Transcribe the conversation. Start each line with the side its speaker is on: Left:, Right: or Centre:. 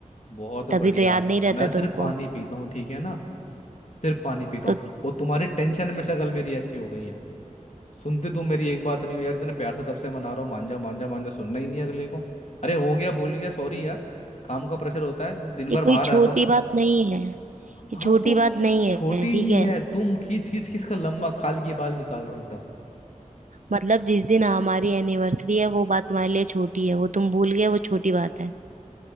Left: बहुत बढ़िया
Right: तभी तो याद नहीं रहता
Left: मैं सिर्फ
Right: तुमको
Left: पानी पीता हूँ ठीक है ना सिर्फ पानी पीता
Right: तो
Left: हूँ वो तुम्हारी टेंशन में शक्ल मेरी ऐसी हो गई है सुनते तुम मेरी एक बात नहीं हो यार इतने प्यार से तब से मना रहा हूँ मांझा मांझा मांझा सुनना ही नहीं है अगले को अरे हो गया भूल गया सॉरी यार काम का प्रेशर होता है दिन
Right: ये
Left: भर बाहर
Right: कोई छोटी
Left: रहता हूँ
Right: बात नहीं है ये
Left: हाँ
Right: छोटी
Left: तो
Right: बात नहीं
Left: छोटी
Right: है ठीक
Left: ही
Right: है
Left: है तुम खींच खींच खींच का लंबा खाल की बाल निकाल रहे हो एकदम
Right: मतलब जिस दिन हमारी एनिवर्सरी है वो बात तुम्हारे लिए छोटी है वो तुम भूल गए वो छोटी बात है